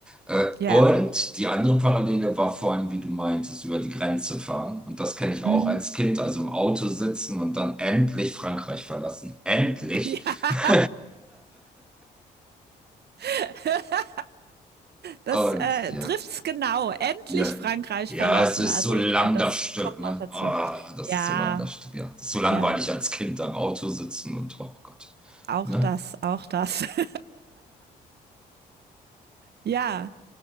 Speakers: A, in the centre; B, on the right.
A: Äh,
B: Ja.
A: und die andere Parallele war vorhin, wie du meintest, über die Grenze fahren. Und das kenne ich
B: Mhm.
A: auch als Kind, also im Auto sitzen und dann endlich Frankreich verlassen. Endlich!
B: Ja.
A: <laughs>
B: <laughs> Das
A: Und
B: äh,
A: ja,
B: trifft's genau. Endlich
A: ja.
B: Frankreich
A: Ja,
B: verlassen.
A: es ist
B: Also
A: so lang
B: ich meine, das
A: das Stück,
B: kommt
A: ne?
B: noch dazu.
A: Ah, das
B: Ja,
A: ist so lang das Stück, ja. Das ist so langweilig
B: ja,
A: als Kind am Auto sitzen und oh Gott,
B: auch
A: ne?
B: das, auch das. <laughs> Ja,